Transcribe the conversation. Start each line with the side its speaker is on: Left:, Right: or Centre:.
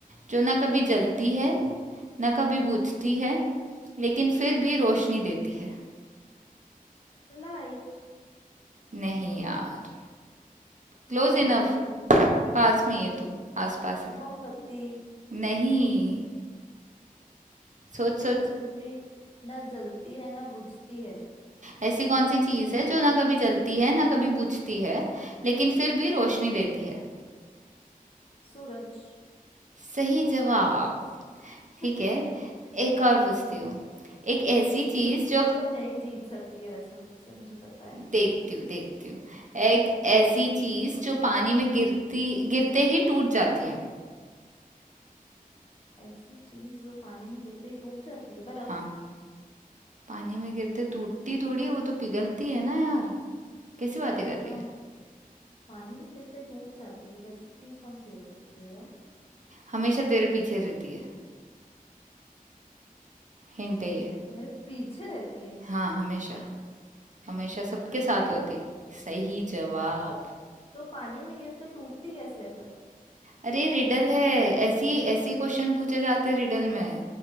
Right: जो ना कभी जलती है ना कभी बुझती है लेकिन फिर भी रोशनी देती है
Left: लाइट
Right: नहीं यार Close
Left: मोमबत्ती
Right: enough पास में ही है तू आस पास है
Left: मोमबत्ती
Right: नहीं सोच
Left: अच्छा
Right: सोच
Left: जो कभी ना जलती है ना बुझती है
Right: ऐसी कौन सी चीज़ है जो ना कभी जलती है ना कभी बुझती है लेकिन फिर भी रोशनी देती है
Left: सूरज
Right: सही जवाब ठीक
Left: <laughs>
Right: है
Left: तो
Right: एक और पूछती हूँ एक ऐसी चीज
Left: इसमें
Right: जो
Left: तो नहीं जीत सकती है वैसे मुझसे मुझे पता है
Right: देखती हूँ देखती हूँ एक
Left: हम्म
Right: ऐसी चीज जो पानी में गिरती गिरते ही टूट जाती है
Left: ऐसी चीज जो पानी में गिरते ही टूट जाती है बर्फ
Right: हाँ पानी में गिरते टूटती थोड़ी है वो तो पिघलती है ना यार कैसी बातें
Left: आ,
Right: कर रही है
Left: पानी में गिरते टूट जाती है कैसी चीज कौन सी हो सकती है यार
Right: हमेशा तेरे पीछे रहती है हिंट है ये
Left: मेरे पीछे रहती है
Right: हाँ हमेशा हमेशा सबके
Left: परछाई
Right: साथ होती सही जवाब
Left: तो पानी में गिरते टूटती कैसे है पर
Right: अरे रिडल है ऐसी ऐसी क्वेश्चन पूछे जाते रिडल में